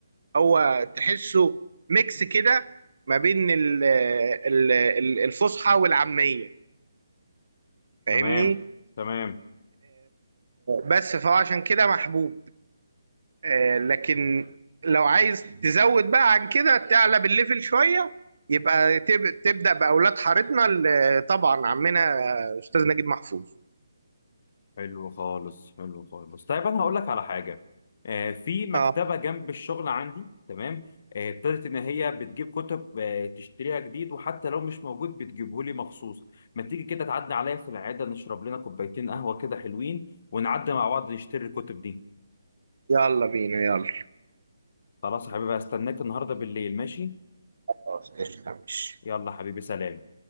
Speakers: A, on the right; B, on the left.
A: هو تحسه ميكس كده ما بين ال- ال- ال- الفصحى والعامية فاهمني
B: تمام تمام
A: بس فهو عشان كده محبوب آه، لكن لو عايز تزود بقى عن كده تعلى بالليفل شوية يبقى تب- تبدأ بأولاد حارتنا ال- طبعا عمنا أستاذ نجيب محفوظ
B: حلو خالص حلو خالص طيب انا هقول لك على حاجه آه في مكتبه
A: اه
B: جنب الشغل عندي تمام آه ابتدت ان هي بتجيب كتب آه تشتريها جديد وحتى لو مش موجود بتجيبه لي مخصوص ما تيجي كده تعدي عليا في العياده نشرب لنا كوبايتين قهوه كده حلوين ونعدي مع بعض نشتري الكتب دي
A: يلا بينا يلا
B: خلاص يا حبيبي هستناك النهارده بالليل ماشي
A: خلاص قشطة ماشي
B: يلا حبيبي سلام